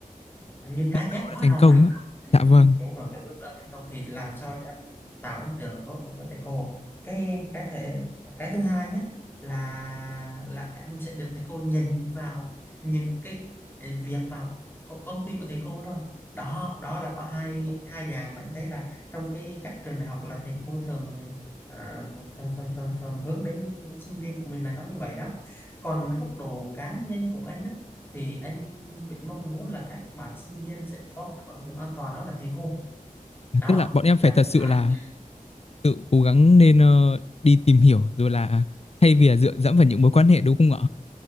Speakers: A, on the left (about 15°); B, on the left (about 50°).
A: như cá chép
B: đầu
A: hóa
B: là thành
A: rồng
B: công
A: rồi
B: á.
A: Ừ,
B: Dạ vâng.
A: đúng rồi cái lúc đó thành công thì làm sao cho em tạo ấn tượng tốt đối với thầy cô cái cái thể cái thứ hai nhé là là em sẽ được thầy cô nhìn vào những cái việc vào co- công ty của thầy cô luôn đó đó là có hai hai dạng mà em thấy là trong cái các trường đại học là thầy cô thường ờ, thường, thường, thường, thường hướng đến sinh viên của mình là nó như vậy đó còn góc độ cá nhân của anh á thì anh vẫn mong muốn là các bạn sinh viên sẽ thoát các khỏi vùng an toàn đó là thầy cô đó
B: Tức là bọn em
A: là
B: phải thật
A: các
B: sự
A: bạn
B: là tự cố gắng nên ờ, đi tìm hiểu rồi là thay vì là dựa dẫm vào những mối quan hệ đúng không ạ?